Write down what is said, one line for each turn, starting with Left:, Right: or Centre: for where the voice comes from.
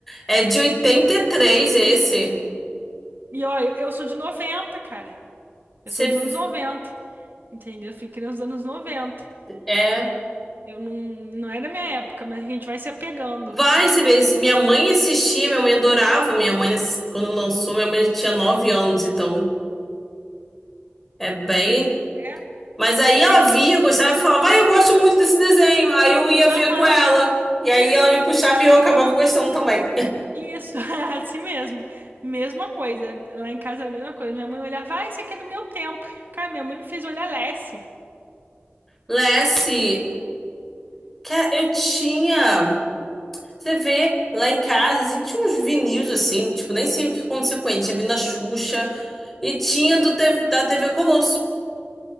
Centre: É de 83 esse.
Right: E ó, eu, eu sou de 90 cara.
Centre: Você
Right: Eu sou dos anos noventa entendeu? Eu fui criança dos anos noventa
Centre: é.
Right: Eu, eu não, não é da minha época, mas a gente vai se apegando.
Centre: Vai, você vê. Minha mãe assistia, minha mãe adorava. Minha mãe, quando lançou, minha mãe tinha nove anos, então é bem.
Right: Pois é.
Centre: Mas aí ela via, gostava e falava, vai, eu gosto muito desse desenho. Aí eu ia
Right: Aham,
Centre: ver com ela. E aí
Right: isso,
Centre: ela me puxava e eu acabava gostando também.
Right: isso, <laughs> assim mesmo. Mesma coisa. Lá em casa era a mesma coisa. Minha mãe olhava, ai, isso aqui é do meu tempo. Cara, minha mãe me fez olhar Lassie.
Centre: <laughs> Lessie, que eu tinha. Você vê lá em casa, assim, tinha uns vinil assim, tipo, nem sei o que aconteceu com ele. Tinha vindo a Xuxa e tinha do, T- V da TV Colosso.